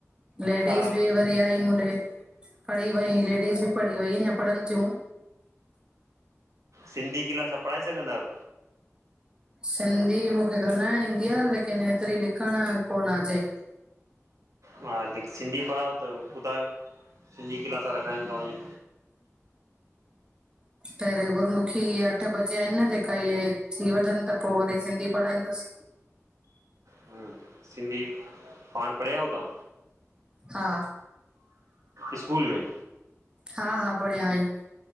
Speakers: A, on the right; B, on the right.
A: लेडीस
B: हा
A: बि वरी आई मुडे पढ़ी वई लेडीस बि पढ़ी वइ इय पढ़न थियूं।
B: सिंधी क्लास पढ़ाए सघंदा आयो?
A: सिंधी मूखे ॻाल्हाइण ईंदी आह, लेकिन एतिरी लिखण कोन अचे।
B: हा लिख सिंधी पढ़ाओ त ॿुधायो सिंधी क्लासा रखायूं तव्हांयू।
A: प रे गुरमुखी इय अठे बजे आहेन न जेका हे थी वठन त पोइ वरी सिंधी पढ़ाईंदस।
B: हम्म, सिंधी पाण पढ़याओ तां?
A: हा।
B: स्कूल में
A: हा हा पढ़िया आयूं।